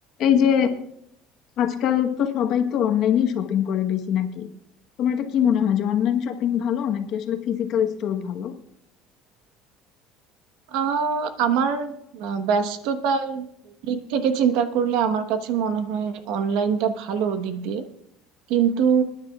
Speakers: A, on the left (about 50°); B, on the right (about 75°).
A: এই যে আজকাল তো সবাই তো অনলাইনেই শপিং করে বেশি নাকি তোমার এটা কি মনে হয় যে অনলাইন শপিং ভালো নাকি আসলে ফিজিক্যাল স্টোর ভালো
B: আহ আমার আহ, ব্যস্ততার দিক থেকে চিন্তা করলে আমার কাছে মনে হয় অনলাইনটা ভালো দিক দিয়ে কিন্তু